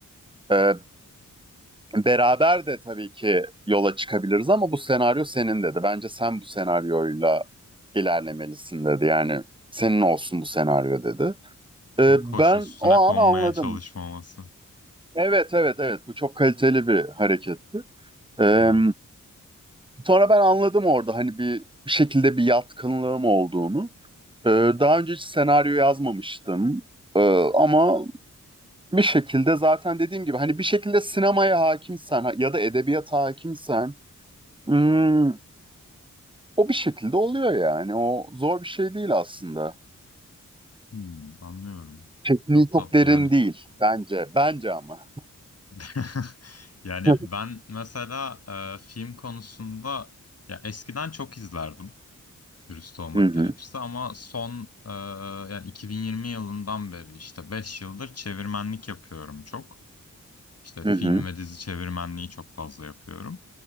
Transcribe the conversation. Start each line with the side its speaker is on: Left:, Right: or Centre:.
Right: e, Beraber de tabii ki yola çıkabiliriz ama bu senaryo senin dedi. Bence sen bu senaryoyla ilerlemelisin dedi. Yani senin olsun bu senaryo dedi. Ee,
Left: Çok hoş
Right: ben
Left: üstüne
Right: o
Left: konmaya
Right: an anladım.
Left: çalışmaması.
Right: Evet evet evet bu çok kaliteli bir hareketti. Ee,
Left: Evet.
Right: sonra ben anladım orada hani bir şekilde bir yatkınlığım olduğunu. Ee, daha önce hiç senaryo yazmamıştım. Ee, ama bir şekilde zaten dediğim gibi hani bir şekilde sinemaya hakimsen ha- ya da edebiyata hakimsen Hmm, o bir şekilde oluyor yani. O zor bir şey değil aslında.
Left: Hmm, anlıyorum.
Right: Tekniği
Left: Çok tatlı
Right: çok derin
Left: yani.
Right: değil bence. Bence ama.
Left: <laughs> Yani
Right: Hı
Left: ben mesela e, film konusunda ya eskiden çok izlerdim. dürüst olmak
Right: hı.
Left: gerekirse ama son e, yani 2020 yılından beri işte 5 yıldır çevirmenlik yapıyorum çok. İşte film
Right: Hı hı.
Left: ve dizi çevirmenliği çok fazla yapıyorum.